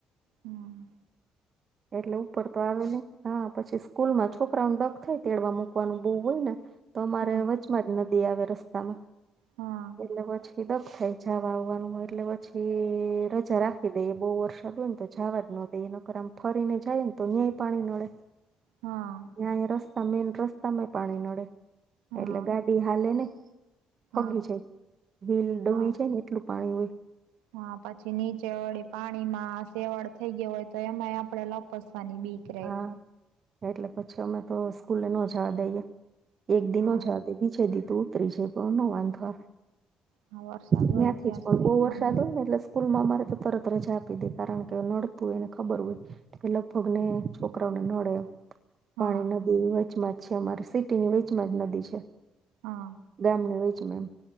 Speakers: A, on the right; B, on the right.
A: હમ્મ.
B: એટલે ઉપર તો આવેની. હા, પછી સ્કૂલમાં છોકરાનું દગ થાય તેડવા મૂકવાનું બો હોય ને તો અમારે
A: હા
B: વચમાં જ ન લીયાવે રસ્તામાં.
A: હા.
B: એટલે પછી દગ થાય જવા આવવાનું હોય એટલે પછી રજા રાખી દઈએ બો વરસાદ હોયને તો. જવા જ નો દે એનો કર આમ ફરીને જાય ને તો અયાંય પાણી નડે.
A: હા.
B: ત્યાય રસ્તા મેન રસ્તામાંય પાણી નડે
A: હા
B: એટલે ગાડી હાલેની ફગી
A: હા
B: છે વીલ ડબી
A: હા
B: છે ને એટલું પાણી હોય.
A: હા, પછી નીચે વળી પાણીમાં સેવડ થઈ ગય હોય તો એમાંય આપડે લપશ વાની બીક રેય.
B: હા એટલે પછી અમે તો સ્કૂલે ન જવા દઈએ. એક દિનો
A: હા
B: જ બીજે દી તો ઉતરી જાય પણ નો વાંધો આવે.
A: હા વરસાદ
B: ત્યાંથી
A: હોય ત્યાં
B: જ પણ
A: સુધી
B: બો
A: પાણી
B: વરસાદ હોય ને એટલે સ્કૂલમાં અમારે તો તરત રજા આપી દે કારણ કે નડતું હોયને ખબર હોય કે લગભગને છોકરાઓને નડે એમ પાણી
A: હા
B: નદી વચમાં જ છે અમારે સિટીની વેચમાં જ નદી છે.
A: હા
B: દેમને વીચમે એમ